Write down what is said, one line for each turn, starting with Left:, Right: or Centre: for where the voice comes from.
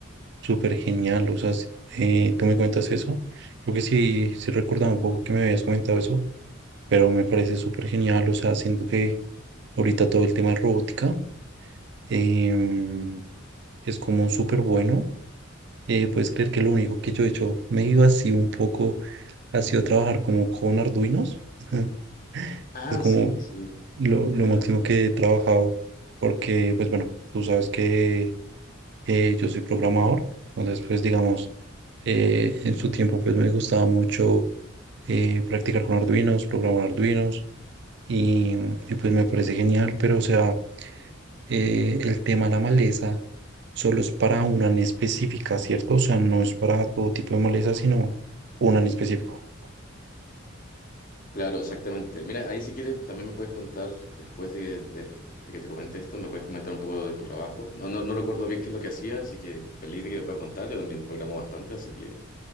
Right: súper genial. O sea, s- eh, tú me cuentas eso. Creo que sí, sí recordaba un poco que me habías comentado eso, pero me parece súper genial. O sea, siento que ahorita todo el tema de robótica em, es como súper bueno. Eh, puedes creer que lo único que yo he hecho, me iba así un poco, ha sido trabajar como con Arduinos. <laughs>
Left: Ah,
Right: Es como
Left: sí, sí.
Right: lo, lo
Left: Bueno,
Right: máximo que he trabajado, porque, pues bueno, tú sabes que eh, yo soy programador, entonces, pues digamos, eh, en su tiempo, pues me gustaba mucho eh, practicar con Arduinos, programar Arduinos, y, y pues me parece genial, pero o sea, eh, el tema de la maleza solo es para una en específica, ¿cierto? O sea, no es para todo tipo de maleza, sino una en específico.
Left: claro, exactamente. Mira, ahí si quieres también me puedes contar, después de, de- de que te comente esto, me puedes comentar un poco de tu trabajo. No, no, no recuerdo bien qué es lo que hacía, así que feliz de que me puedas contar. Yo también programo bastante, así que